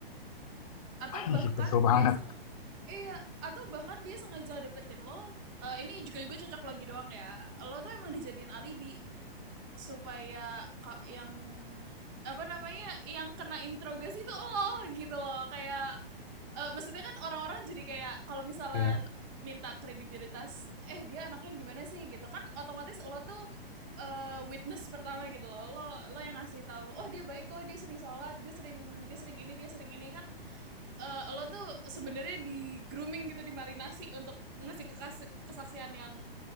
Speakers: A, on the right; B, on the left.
A: atau
B: <laughs>
A: bahkan
B: Ih, betul banget
A: dia seng iya, atau bahkan dia sengaja deketin lo, eee, ini juga juga cocok logi doang ya, lo tuh emang dijadiin alibi. supaya ka- yang apa namanya yang kena interogasi itu lo gitu loh kayak eh, maksudnya kan orang-orang jadi kayak kalau misalnya
B: Iya,
A: minta kredibilitas eh dia anaknya gimana sih gitu kan otomatis lo tuh eh, witness pertama gitu loh lo lo yang ngasih tahu oh dia baik kok dia sering sholat dia sering dia sering ini dia sering ini kan eh, lo tuh sebenarnya di grooming gitu dimarinasi untuk ngasih kekas- kesaksian yang